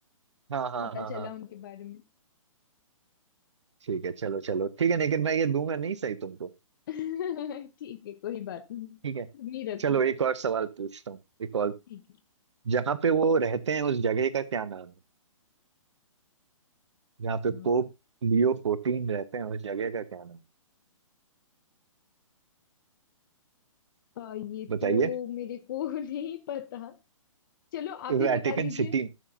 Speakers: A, on the right; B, on the left.
A: हाँ हाँ
B: पता
A: हाँ
B: चला
A: हाँ
B: उनके बारे में
A: ठीक है चलो चलो ठीक है लेकिन मैं ये दूंगा नहीं सही तुमको
B: <laughs> ठीक है कोई बात नहीं तुम
A: ठीक है
B: ही रखो
A: चलो एक और सवाल पूछता हूँ एक और
B: ठीक है
A: जहाँ पे वो रहते हैं उस जगह का क्या नाम है जहाँ
B: अ,
A: पे पोप लियो फोर्टीन रहते हैं उस जगह का क्या नाम है?
B: अ, ये
A: बताइए
B: तो मेरे को <laughs> नहीं पता चलो आप ही
A: Vatican
B: बता दीजिए
A: City